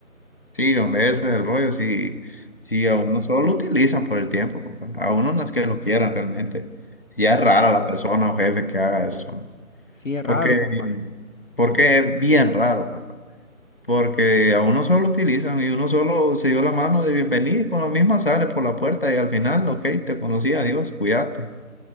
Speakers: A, on the left; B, on the left.
A: sí, hombre, ese es el rollo, sí, sí, a uno solo lo utilizan por el tiempo, compa. A uno no es que lo quieran realmente. Ya es
B: Sí.
A: rara la persona o jefe que haga eso, hombre.
B: Sí, es
A: Porque,
B: raro, compa.
A: porque es bien raro, compa. Porque a uno solo lo utilizan y uno solo se dio la mano de bienvenida y con lo mismo sale por la puerta y al final, ok, te conocí, adiós, cuídate.